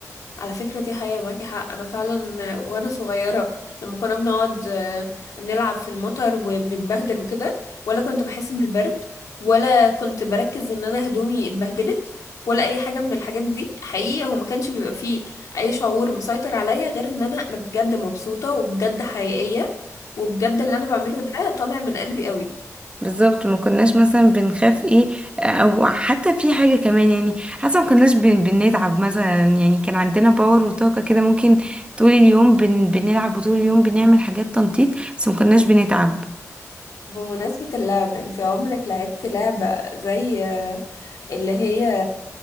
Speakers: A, on the left; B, on the right.
A: على فكرة دي حقيقة معاكي حق أنا فعلا آه، وأنا صغيرة لما كنا بنقعد آه، نلعب في المطر وبنتبهدل وكده ولا كنت بحس بالبرد ولا كنت بركز إن أنا هدومي اتبهدلت ولا أي حاجة من الحاجات دي حقيقة هو ما كانش بيبقى فيه أي شعور مسيطر عليا غير إن أنا أنا بجد مبسوطة وبجد حقيقية وبجد اللي أنا بعمله ده طالع من قلبي قوي
B: بالظبط ما كناش مثلا بنخاف ايه او حتى في حاجه كمان يعني حتى ما كناش بن بنتعب مثلا يعني كان عندنا باور وطاقه كده ممكن طول اليوم بن بنلعب وطول اليوم بنعمل حاجات تنطيط بس ما كناش بنتعب
A: بمناسبة اللعب انت عمرك لعبتي لعبة زي آه، اللي هي